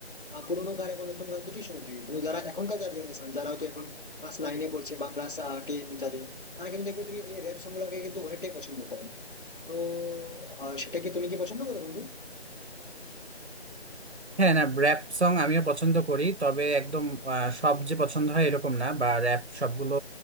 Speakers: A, on the left (about 50°); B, on the right (about 75°).
A: আহ, পুরোনো গান এবং নতুন গান দুটোই শুনে থাকি কিন্তু যারা এখনকার যারা জেনারেশন যারা হয়তো এখন ক্লাস নাইনে পড়ছে বা ক্লাস টেন যাদের তারা কিন্তু দেখবে তুমি ওই র্যাপ সং গুলাকে কিন্তু অনেকটাই পছন্দ করে তো আহ, সেটা কি তুমি কি পছন্দ করো বন্ধু
B: হ্যাঁ না র্যাপ সং আমিও পছন্দ করি তবে একদম আহ, সব যে পছন্দ হয় এরকম না বা র্যাপ সবগুলো